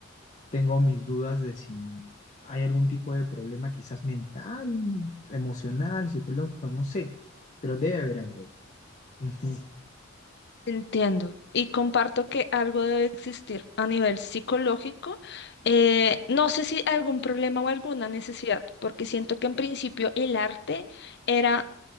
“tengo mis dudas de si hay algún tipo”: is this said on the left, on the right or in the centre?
Left